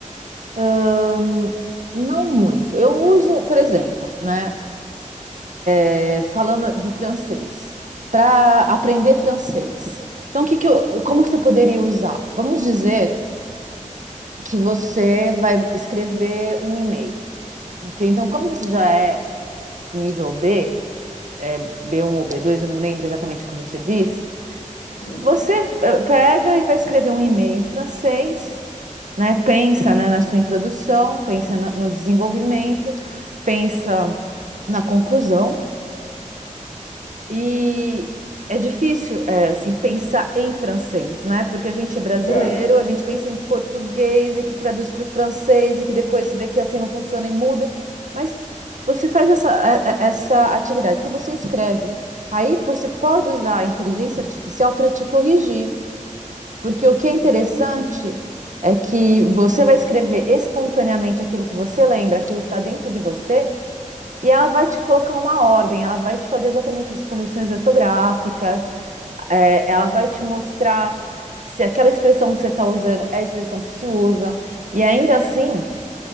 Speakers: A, on the right; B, on the left.
A: Ahn, não muito. Eu uso, por exemplo, né? é, falando do francês, para aprender francês. Então, o que que eu, como que você poderia usar? Vamos dizer que você vai escrever um e-mail, ok? Então, como você já é nível B é, b um ou b dois, eu não lembro exatamente o que você disse.
B: Hum?
A: Você eh, pega e vai escrever um e-mail em francês, né? Pensa, né, na sua introdução, pensa no desenvolvimento, pensa na conclusão e é difícil, é, assim, pensar em francês, né? Porque a gente é brasileiro,
B: Claro.
A: a gente pensa em português e que traduz para o francês e que depois se vê que assim não funciona e muda. Mas você faz essa, é- é- essa atividade, então você escreve. Aí você pode usar a inteligência artificial para te corrigir, porque o que é interessante
B: Hum,
A: é que você vai escrever espontaneamente aquilo que você lembra, aquilo que está dentro de você. E ela vai te colocar uma ordem, ela vai te fazer exatamente as correções ortográficas, é, ela vai te mostrar se aquela expressão que você está usando é a expressão que se usa. E ainda assim,